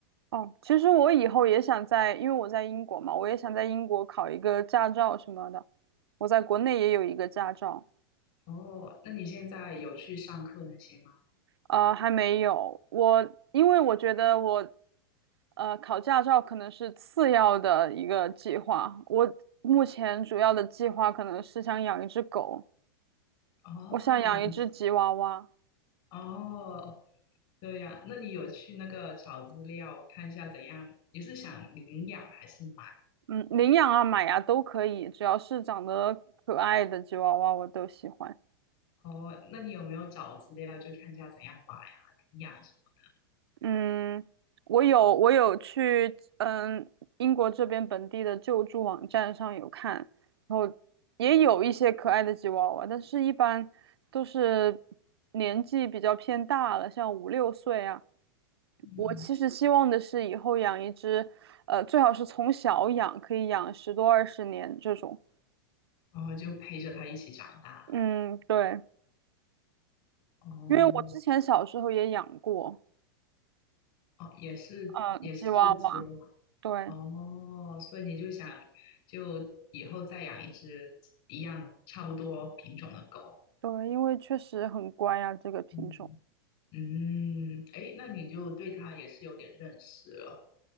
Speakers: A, on the right; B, on the left.
A: 哦，其实我以后也想在，因为我在英国嘛，我也想在英国考一个驾照什么的。我在国内也有一个驾照。
B: 哦，那你现在有去上课那些吗？
A: 呃，还没有。我因为我觉得我，呃，考驾照可能是次要的一个计划。我目前主要的计划可能是想养一只狗，
B: 哦，
A: 我想养一只吉娃娃。
B: 你哦，对呀，那你有去那个找资料看一下怎样？你是想领养还是买？
A: 嗯，领养啊、买啊都可以，只要是长得可爱的吉娃娃我都喜欢。
B: 哦，那你有没有找资料就看一下怎样买啊、领养什么？
A: 嗯，我有我有去，嗯，英国这边本地的救助网站上有看，然后也有一些可爱的吉娃娃，但是一般都是年纪比较偏大了，像五六岁啊。
B: 嗯，
A: 我其实希望的是以后养一只，呃，最好是从小养，可以养十多二十年这种。
B: 然后就陪着他一起长大。
A: 嗯，对，
B: 哦
A: 因为我之前小时候也养过，
B: 哦，也是也是吉娃娃。
A: 嗯，吉娃娃，对
B: 哦，所以你就想就以后再养一只一样差不多品种的狗。
A: 对，因为确实很乖啊，这个品种。
B: 嗯嗯，哎，那你就对它也是有点认识了。